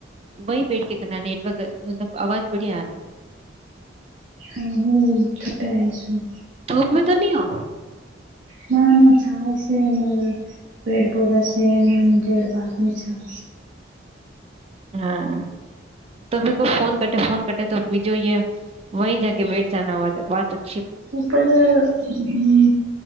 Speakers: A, on the right; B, on the right.
A: વહી બેઠ કરના નેટર્ક અહ મતલબ અવાજ બડિયા આવે.
B: એ હું ત આઈશું.
A: ધૂપ મે તો ની હો?
B: ના ના છાવશે અમારે. પેડ પૌધા સે ને ગેડ ભાતની છા.
A: હા. તમે કો ફોન કટે ફોન કટે તો વીજોઇએ વહી જા બેઠ જના વા-વાત
B: ઉપર અહ મૈને